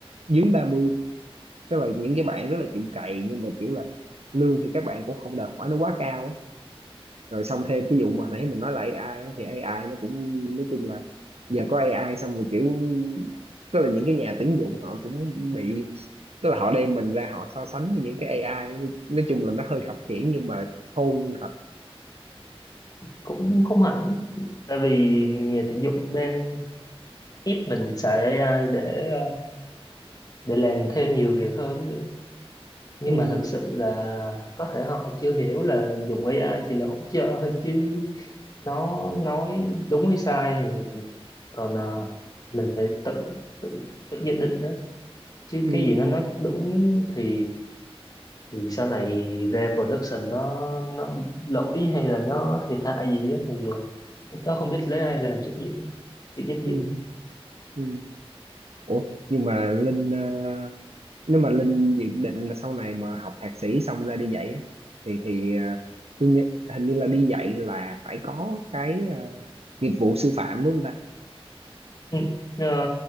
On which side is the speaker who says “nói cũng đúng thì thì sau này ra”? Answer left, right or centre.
Left